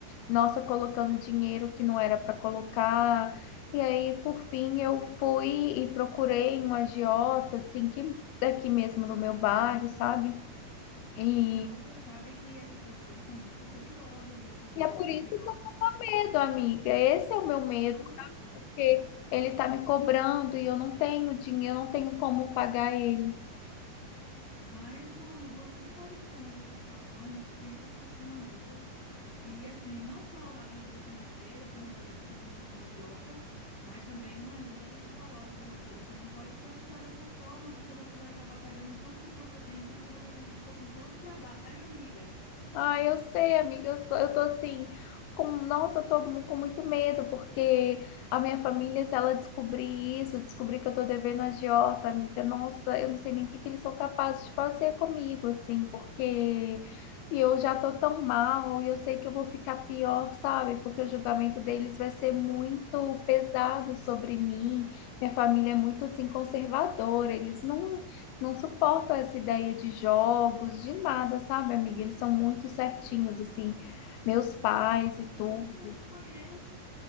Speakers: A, on the left; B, on the left.
A: nossa, colocando dinheiro que não era para colocar. E aí, por fim, eu fui e procurei um agiota, assim, que daqui mesmo do meu bairro, sabe? E,
B: Mas você sabe que essas pessoas são muito perigosas, esses
A: e
B: a-
A: é por
B: agiotas.
A: isso que eu medo, amiga. Esse é o meu medo,
B: Nossa,
A: porque ele tá me cobrando e eu não tenho dinheiro, eu não tenho como pagar ele.
B: mas não, não- você não pode ficar nessa situação. A gente tem que buscar uma ajuda. E assim, não só a ajuda financeira para resolver essa questão com a agiota, mas também uma ajuda psicológica, porque você não pode se afundar dessa forma, porque você vai acabar perdendo tudo que você tem, tudo que você conquistou com tanto trabalho, amiga.
A: Ah, eu sei, amiga. Eu tô, eu tô assim, com, nossa, eu tô mu- com muito medo, porque a minha família, se ela descobrir isso, descobrir que eu tô devendo agiota, amiga, nossa, eu não sei nem o que que eles são capazes de fazer comigo, assim, porque eu já tô tão mal e eu sei que eu vou ficar pior, sabe? Porque o julgamento deles vai ser muito pesado sobre mim. Minha família é muito, assim, conservadora, eles não não suporto essa ideia de jogos, de nada, sabe, amiga? Eles são muito certinhos, assim, meus pais e tudo.
B: Eu sei, eu conheço.